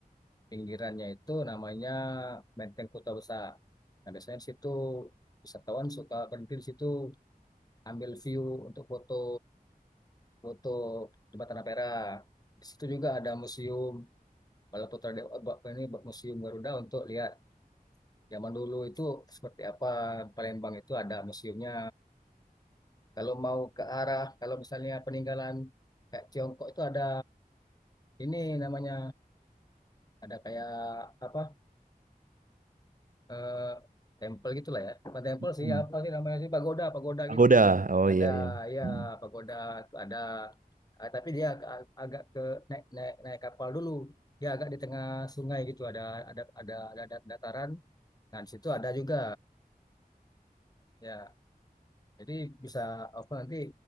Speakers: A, on the left; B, on the right.
A: pinggirannya itu namanya Benteng Kota Besar. Nah, biasanya di situ wisatawan suka berhenti di situ ambil view untuk foto foto Jembatan Tanah Perah. Di situ juga ada museum Balaputra Dewa apa ini Museum Garuda untuk lihat zaman dulu itu seperti apa Palembang itu ada museumnya. Kalau mau ke arah kalau misalnya peninggalan kayak Tiongkok itu ada ini namanya ada kayak apa eh tempel gitulah ya bukan tempel sih
B: Hmm.
A: apa sih namanya sih pagoda pagoda
B: Aku
A: gitu
B: udah. Oh
A: ada
B: iya iya.
A: ya
B: Hmm.
A: pagoda itu ada Ah, tapi dia ag- agak ke naik naik naik kapal dulu dia agak di tengah sungai gitu ada ada ada ada, ada dataran nah di situ ada juga ya jadi bisa apa nanti